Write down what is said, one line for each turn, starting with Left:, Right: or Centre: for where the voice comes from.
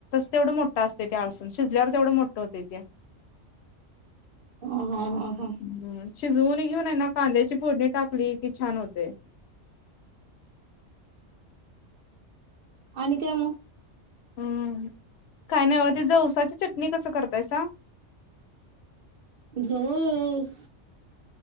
Left: तेवढं मोठा असते ते अळसून शिजल्यावर तेवढं मोठ होते ते
Right: ह हा ह हा.
Left: हम्म शिजवून घेऊनना कांद्याची फोडणी टाकली कि छान होते.
Right: आणि काय मग
Left: हम्म काय नाही ब ते जवसाची चटणी कसं करतायस.
Right: जस